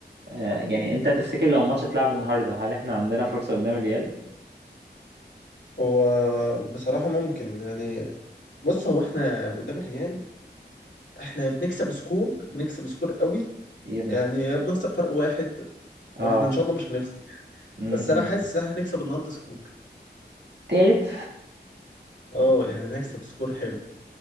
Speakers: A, on the right; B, on the left.
A: آه يعني انت تفتكر لو ماتش اتلعب النهاردة هل احنا عندنا فرصة قدام الريال؟
B: هو بصراحة ممكن يعني بص هو احنا قدام الريال احنا بنكسب سكور بنكسب سكور قوي
A: يا ابن
B: يعني
A: اخ-
B: بنخسر فرق واحد واحنا
A: اه
B: ان شاء الله مش هنخسر
A: م-
B: بس انا حاسس
A: م- م.
B: ان احنا نكسب النهارده سكور
A: تالت
B: اه يعني نكسب سكور حلو